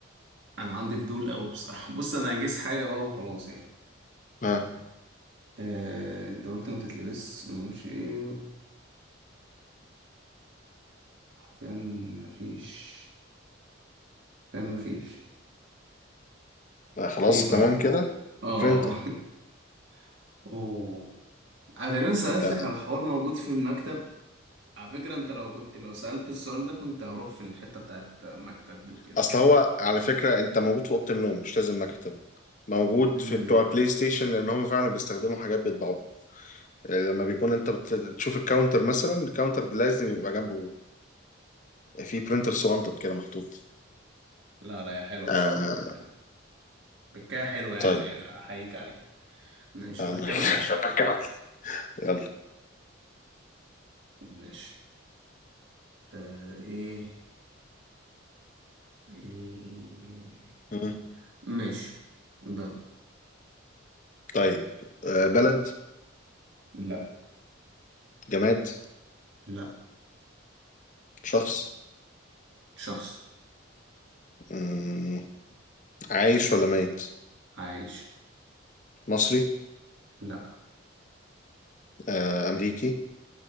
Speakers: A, on the right; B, on the left.
A: انا عندي فضول قوي بصراحة <laughs> بص انا هنجز حاجة بقى وخلاص يعني
B: آه
A: آه... انت قلت ما تتلبس ما اعرفش ايه حرفيا مفيش حرفيا مفيش
B: آه، خلاص
A: ايه طيب
B: تمام كده
A: اه
B: برينتر
A: <laughs> اوه انا تقريبا سألت
B: انت
A: لك على الحوار موجود في المكتب على فكرة انت لو كنت لو سألت السؤال ده كنت هروح في الحتة بتاعت مكتب دي وكده
B: اصل
A: فاهم
B: هو على فكره انت موجود في اوضه النوم مش لازم مكتب موجود
A: امم
B: في بتوع البلاي ستيشن لان هم فعلا بيستخدموا حاجات بيطبعوها آه، لما بيكون انت بت- بتشوف الكاونتر مثلا الكاونتر لازم يبقى جنبه في برينتر صغنطط كده محطوط
A: لا لا يا حلوة
B: آه
A: بصراحة حلوة بكاها حلوة يعني
B: طيب
A: احييك عليها ماشي
B: آه،
A: ابيك
B: الله يخليك.
A: انا
B: <laughs>
A: ماشي آه ايه ايه
B: يلا
A: ماشي ده
B: طيب آه، بلد
A: لا
B: جماد
A: لا
B: شخص
A: شخص
B: مم، عايش ولا ميت
A: عايش
B: مصري
A: لا
B: آه، أمريكي